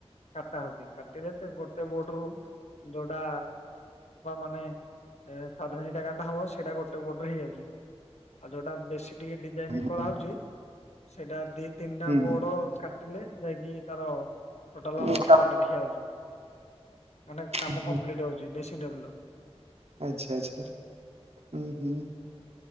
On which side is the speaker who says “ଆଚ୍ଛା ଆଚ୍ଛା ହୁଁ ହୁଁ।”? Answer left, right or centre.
Right